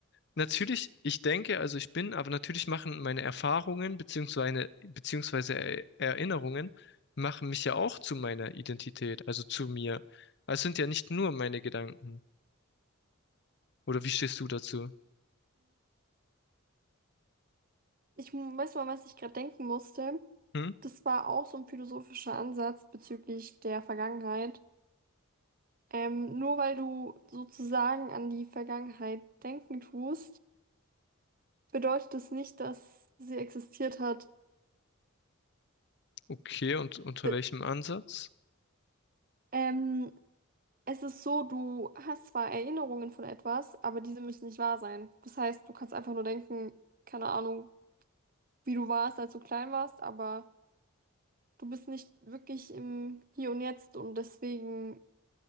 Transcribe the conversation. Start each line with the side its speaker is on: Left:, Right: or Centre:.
Left: natürlich, ich denke, also ich bin, aber natürlich machen meine Erfahrungen beziehungsweise, beziehungsweise Er- Erinnerungen machen mich ja auch zu meiner Identität, also zu mir. Also Es sind ja nicht nur meine Gedanken. Oder wie stehst du dazu?
Right: Ich mu- weiß mal, was ich gerade denken musste.
Left: Hm?
Right: Das war auch so ein philosophischer Ansatz bezüglich der Vergangenheit. Ähm, nur weil du sozusagen an die Vergangenheit denken tust, bedeutet das nicht, dass sie existiert hat.
Left: Okay, und unter
Right: D
Left: welchem Ansatz?
Right: ähm, es ist so, du hast zwar Erinnerungen von etwas, aber diese müssen nicht wahr sein. Das heißt, du kannst einfach nur denken, keine Ahnung, wie du warst, als du klein warst, aber du bist nicht wirklich im Hier und Jetzt und deswegen,